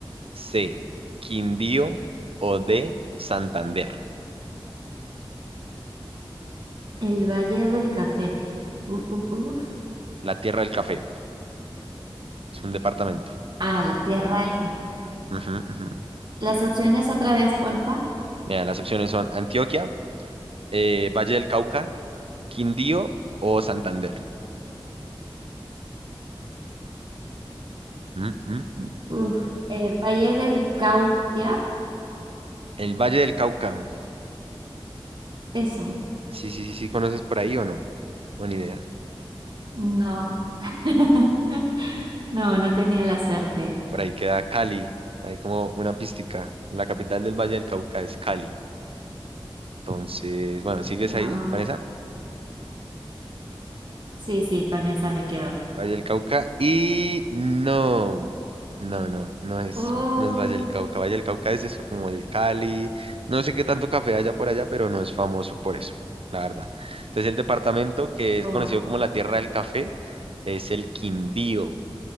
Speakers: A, on the right; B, on the right.
A: C. Quindío o D. Santander.
B: El Valle del Café. Uf, uf, uf.
A: La tierra del café. Es un departamento.
B: Ah, la Tierra del Café.
A: Ujú, ujú.
B: Las opciones otra vez, porfa.
A: Mira, las opciones son Antioquia, eh, Valle del Cauca, Quindío o Santander. Mm, mm, mm.
B: Uf, eh, Valle del Cauquia.
A: El Valle del Cauca.
B: Eso.
A: Sí, sí, sí, sí, ¿conoces por ahí o no? Buena idea.
B: No. <laughs> No, no tenía la suerte.
A: Por ahí queda Cali. Hay como una pística. La capital del Valle del Cauca es Cali. Entonces, bueno, ¿sigues
B: Wow.
A: ahí con esa?
B: Sí, sí, con esa me quedo.
A: Valle del Cauca. Y no, no, no, no es,
B: Uy.
A: no es Valle del Cauca. Valle del Cauca es eso, como el Cali. No sé qué tanto café haya por allá, pero no es famoso por eso, la verdad. Entonces, el departamento que es
B: Oh,
A: conocido como la Tierra del Café es el Quindío.